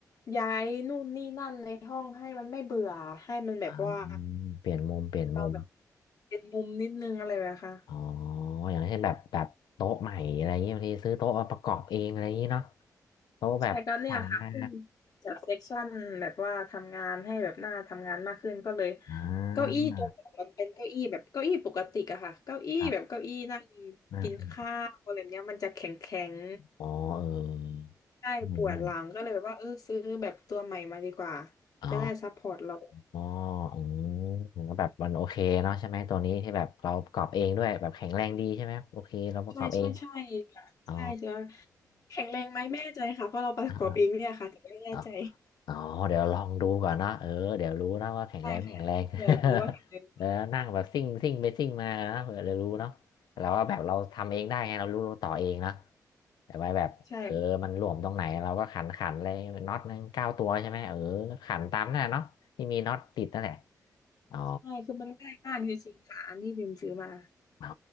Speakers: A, on the left; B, on the left.
A: ย้ายนู่นนี่นั่นในห้องให้มันไม่เบื่อให้มันแบบว่า
B: อืมเปลี่ยนมุมเปลี่ยนมุม
A: เราแบบเป็นมุมนิดนึงอะไรแบบนี้ค่ะ
B: อ๋ออย่างเช่นแบบแบบโต๊ะใหม่อะไรเงี้ยบางทีซื้อโต๊ะมาประกอบเองอะไรอย่างงี้เนาะโต๊ะแบบสั่งมา
A: ใช่ก็เนี่ยค่ะขึ้นจากเซ็กชันแบบว่าทำงานให้แบบหน้าทำงานมากขึ้นก็เลย
B: อ่า
A: เก้าอี้ตัวก่อนมันเป็นเก้าอี้แบบเก้าอี้ปกติอะค่ะเก้าอี้แบบเก้าอี้นั่ง
B: ครับอ่า
A: กินข้าวอะไรแบบเนี้ยมันจะแข็งแข็ง
B: อ๋อเออ
A: ใช่ปวดหลังก็เลยแบบว่าเออซื้อแบบตัวใหม่มาดีกว่า
B: ไม่ไมอนอ๋อ
A: จะได้ซัพพอร์ตเรา
B: อ๋ออืมแล้วแบบมันโอเคเนาะใช่ไหมตัวนี้ที่แบบเราประกอบเองด้วยแบบแข็งแรงดีใช่ไหมครับโอเคเราประกอบเอง
A: ใช่ใช่ใช่ค่ะใช่ใช่
B: อ๋อ
A: แข็งแรงไหมไม่แน่ใจค่ะเพราะเราประกอบเองเนี่ยค่ะถึงไม่แน่ใจ
B: อ๋อ อ๋อเดี๋ยวลองดูก่อนเนาะเออเดี๋ยวรู้นะว่าแข็งแรงไม่แข็งแรง
A: ใช่ค่ะเดี๋ยวรู้ว่าแข็งแรง
B: <laughs> แล้วนั่งแบบซิ่งซิ่งไปซิ่งมานะเผื่อจะรู้เนาะเราว่าแบบเราทำเองได้ไงเรารู้รูต่อเองเนาะแต่ไว้แบบเออมันหลวมตรงไหนเราก็ขันขันเลยน็อตนึงเก้าตัวใช่ไหมเออขันตามนั่นแหละเนาะที่มีน็อตติดนั่นแหละ
A: ใช่
B: อ๋อ
A: ใช่คือมันง่ายมากจริงๆค่ะอันที่พิมพ์ซื้อมา
B: อ๋อ